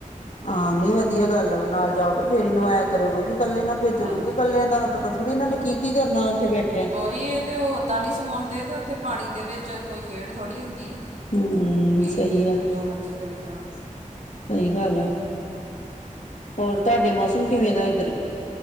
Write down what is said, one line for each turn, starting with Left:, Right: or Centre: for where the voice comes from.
Left: ਹਾਂ ਨੀ ਵਧੀਆ ਗੱਲ ਵਾ, ਨਾਲ ਜਾਓਗੇ ਕੇ ਫ਼ੇਰ ਨੁਵਾਇਆ ਕਰੋ, ਕਿਉਂਕਿ ਕੱਲੇ ਨਾ ਭੇਜੋ
Right: ਹਾਂਜੀ
Left: ਕਿਉਂਕਿ ਕੱਲੇ ਦਾ ਤਾਂ ਥੋੜ੍ਹੀ ਇਹ ਨੇ ਕੀ-ਕੀ ਕਰਨਾ ਇਥੇ ਬੈਠੇ
Right: ਉਓਹੀ ਤੇ ਉਹ ਓਦਾਂ ਨਹੀਂ ਸਮਾਉਂਦੇ ਤੇ ਉੱਥੇ ਪਾਣੀ ਦੇ ਵਿੱਚ ਕੋਈ ਖੇਡ ਥੋੜੀ ਹੁੰਦੀ ਹੈ
Left: ਹੂੰ
Right: ਵੀ
Left: ਸਹੀ ਆ
Right: ਜੋ ਮਰਜੀ ਕਰੀ ਜਾ
Left: ਸਹੀ ਗੱਲ ਆ, ਹੋਰ ਤੁਹਾਡੇ ਮੌਸਮ ਕਿਵੇਂ ਦਾ ਇੱਧਰ